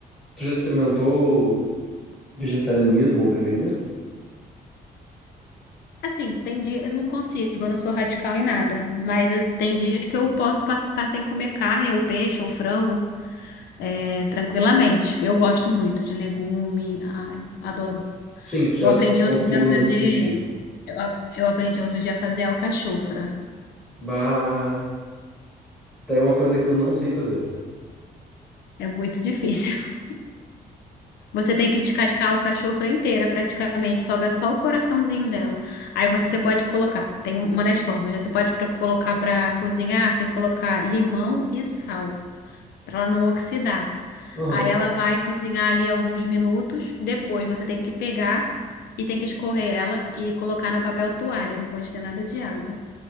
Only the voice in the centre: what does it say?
Tu já experimentou Vegetarianismo ou veganismo?
Sim, tu já
se desconstruiu
nesse sentido.
Bah, tem uma coisa que eu não sei fazer.
Aham.